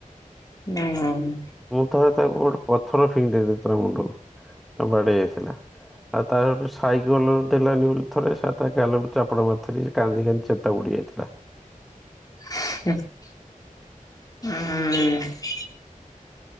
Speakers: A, on the left (about 25°); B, in the centre.
A: ହୁଁ।
B: ମୁଁ ଥରେ ତାକୁ ଗୋଟେ ପଥର ଫିଙ୍ଗି ଦେଇ ଦେଇଥିଲି ତା ମୁଣ୍ଡକୁ, ବାଡେଇ ହେଇ ଯାଇଥିଲା। ଆଉ ତାର ଗୋଟେ ସାଇକଲ ଦେଲାନି ବୋଲି, ଥରେ ସା ତା ଗାଲ କୁ ଚାପଡ଼ା ମାରିଥିଲି। ସେ କାନ୍ଦି କାନ୍ଦି ଚେତା ଉଡ଼ି ଯାଇଥିଲା।
A: <unintelligible> ହୁଁ।